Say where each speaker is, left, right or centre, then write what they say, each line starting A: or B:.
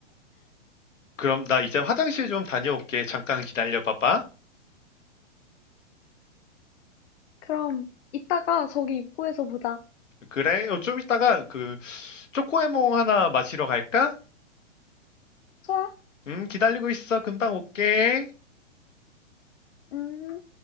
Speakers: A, on the left (about 80°); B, on the left (about 55°).
A: 그럼 나 이제 화장실 좀 다녀올게. 잠깐 기다려봐봐.
B: 그럼, 이따가 저기 입구에서 보자.
A: 그래, 어, 좀 이따가 그 초코에몽 하나 마시러 갈까?
B: 좋아?
A: 음, 기다리고 있어. 금방 올게.
B: 음.